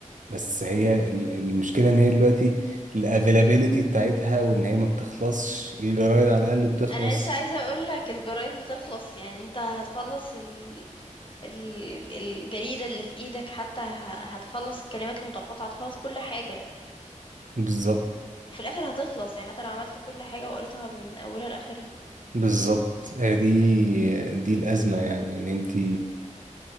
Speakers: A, on the right (about 80°); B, on the left (about 40°).
A: بس هي ال- المشكلة ان هي دلوقتي الافيلابيلتي بتاعتها وان هي ما بتخلصش الجرايد على الاقل بتخلص
B: انا لسه عايزه اقول لك الجرايد بتخلص يعني انت هتخلص ال... ال... الجريده اللي في ايدك حتى ه... هتخلص الكلمات المتقاطعه هتخلص كل حاجه
A: بالظبط
B: وفي الاخر هتخلص يعني حتى لو عملت كل حاجه وقريتها من اولها لاخرها
A: بالظبط آه، دي دي الازمة
B: مم.
A: يعني ان انت